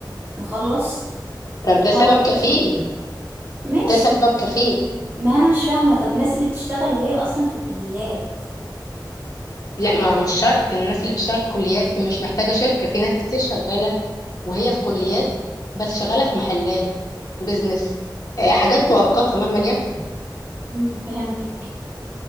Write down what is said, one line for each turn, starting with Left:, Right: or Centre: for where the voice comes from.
Right: مخلص
Left: طب ده
Right: وهكذا
Left: سبب كفيل
Right: ماشي
Left: ده سبب
Right: بس
Left: كفيل
Right: ما انا مش فاهمة طب الناس اللي بتشتغل وهي اصلا في كليات
Left: لا ما هو مش شرط الناس اللي بتشتغل في كليات دي مش محتاجه شركه في ناس كتير شغاله وهي في كليات بس شغاله في محلات بيزنس آه، حاجات مؤقتة مهما يكن
Right: مم، فهمتك